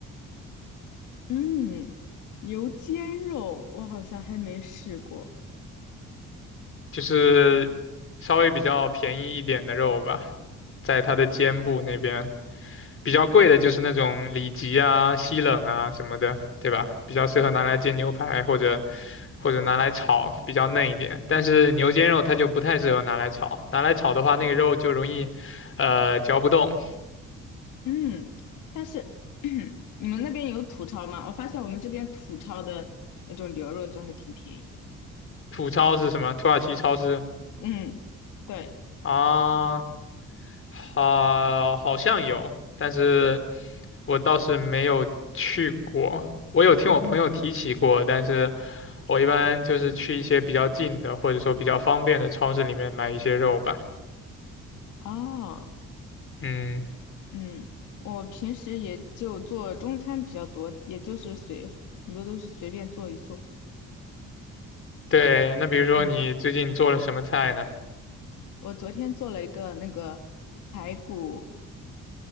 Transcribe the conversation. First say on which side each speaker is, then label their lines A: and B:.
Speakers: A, on the left; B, on the left.
A: 嗯，牛肩肉我好像还没试过，
B: 就是稍微比较便宜一点的肉吧，在它的肩部那边。比较贵的就是那种里脊啊、西冷啊什么的，对吧？比较适合拿来煎牛排或者或者拿来炒，比较嫩一点。但是牛肩肉它就不太适合拿来炒，拿来炒的话，那个肉就容易，呃，嚼不动。
A: 嗯，但是 <clears throat> 你们那边有土超吗？我发现我们这边土超的那种牛肉就还挺便宜的，
B: 土超是什么？土耳其超市
A: 嗯，对，
B: 啊，好，好像有，但是。我倒是没有去过，我有听我朋友提起过，
A: 嗯，
B: 但是我一般就是去一些比较近的，或者说比较方便的超市里面买一些肉吧。
A: 哦。
B: 嗯，
A: 嗯，我平时也就做中餐比较多，也就是随，很多都是随便做一做。
B: 对，那比如说你最近做了什么菜呢？
A: 嗯，我昨天做了一个那个排骨，